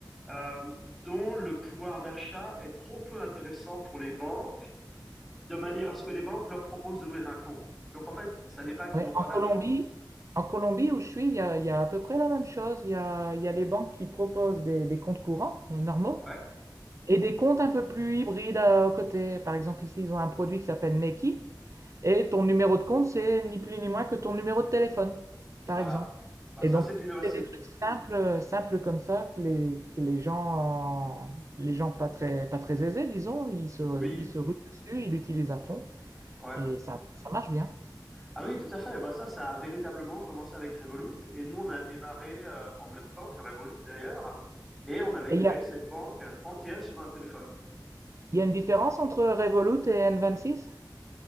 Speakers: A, in the centre; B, on the right.
A: euh, dont le pouvoir d'achat est trop peu intéressant pour les banques, de manière à ce que les banques leur proposent d'ouvrir un compte. Donc en fait, ça n'est pas qu'ils
B: Ouais,
A: n'ont pas
B: en Colombie,
A: d'argent.
B: en Colombie où je suis, il y a, il y a à peu près la même chose. Il y a, il y a les banques qui proposent des, des comptes courants euh, normaux
A: Ouais,
B: et des comptes un peu plus hybrides euh, à côté. Par exemple, ici, ils ont un produit qui s'appelle Nequi et ton numéro de compte, c'est ni plus ni moins que ton numéro de téléphone, par
A: voilà.
B: exemple.
A: Bah
B: Et
A: ça,
B: donc,
A: c'est de l'innovation.
B: c'est des trucs simples, euh, simples comme ça que les, que les gens, les gens pas très, pas très aisés, disons, ils se,
A: Oui,
B: ils se ruent dessus, ils l'utilisent à fond
A: ouais.
B: et ça, ça marche bien.
A: Ah oui, tout à fait. Bah ça, ça a véritablement commencé avec Revolut. Et nous, on a démarré euh, en même temps que Revolut d'ailleurs. Et on avait
B: Et
A: créé
B: il y a,
A: cette banque entière sur un téléphone.
B: Il y a une différence entre Revolut et N26?